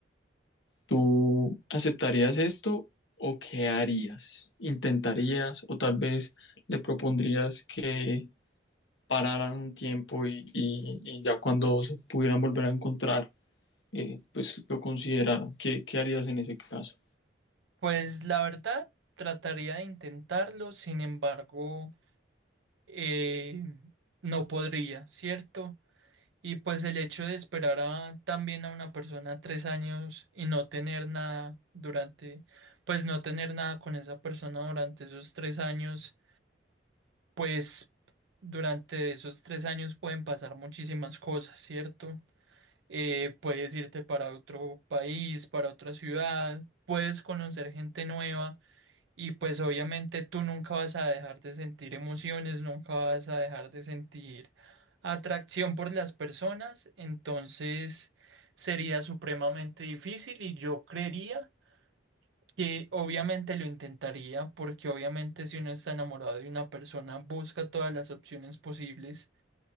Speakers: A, on the left; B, on the right.
A: ¿Tú aceptarías esto o qué harías? ¿Intentarías o tal vez le propondrías que pararan un tiempo y, y- y ya cuando se pudieran volver a encontrar, eh, pues lo consideraran? ¿Qué, qué harías en ese caso?
B: Pues la verdad, trataría de intentarlo, sin embargo. eh, no podría, ¿cierto? Y pues el hecho de esperar a, también a una persona tres años y no tener nada durante, pues no tener nada con esa persona durante esos tres años, pues durante esos tres años pueden pasar muchísimas cosas, ¿cierto? Eh, puedes irte para otro país, para otra ciudad, puedes conocer gente nueva y pues obviamente tú nunca vas a dejar de sentir emociones, nunca vas a dejar de sentir atracción por las personas, entonces sería supremamente difícil y yo creería que obviamente lo intentaría porque obviamente si uno está enamorado de una persona busca todas las opciones posibles,